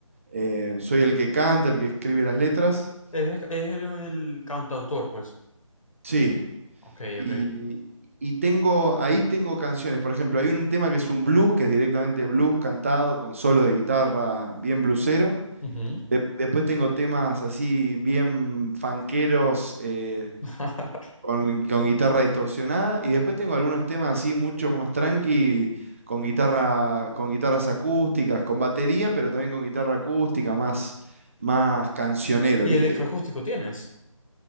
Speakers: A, on the right; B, on the left.
A: Eh, soy el que canta, el que escribe las letras.
B: el, eres el el cantautor, pues.
A: Sí.
B: Ok,
A: Y,
B: ok.
A: y tengo, ahí tengo canciones. Por ejemplo, hay un tema que es un blues, que es directamente blues cantado con solos de guitarra bien bluesero
B: Ujú.
A: De- después tengo temas así bien fanqueros eh,
B: <laughs>
A: con, con guitarra distorsionada y después tengo algunos temas así mucho más tranqui con guitarra con guitarras acústicas, con batería, pero también con guitarra acústica más más cancionero,
B: ¿Y
A: ¿viste?
B: electroacústico tienes?